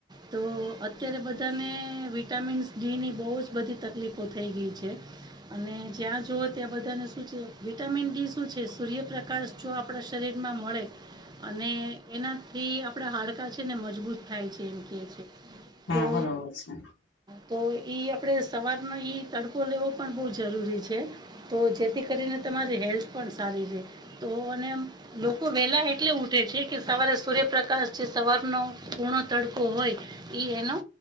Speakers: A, on the right; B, on the left.
A: તો અત્યારે બધાને વિટામિન્સ ડી ની બહુ જ બધી તકલીફો થઈ ગઈ છે. અને જ્યાં જઓ ત્યાં બધાને શું છે. વિટામિન ડી શું છે. સૂર્યપ્રકાશ સૂર્યપ્રકાશ જો આપણા શરીર માં મળે. અને એનાથી આપણા હાડકા છે. ને મજબૂત થાય છે. એમ એમ કે છે
B: હા
A: તો.
B: બરોબર છે
A: તો એ આપણે સવારનો એ તડકો લેવો પણ બહુ જરૂરી છે. તો જેથી કરીને તમારી હેલ્થ પણ સારી છે. તો અને લોકો વેલા એટલે ઉઠે છે કે, સવારે સૂર્યપ્રકાશ જે સવારનો કુણો તડકો. કો હોય ઈ એનો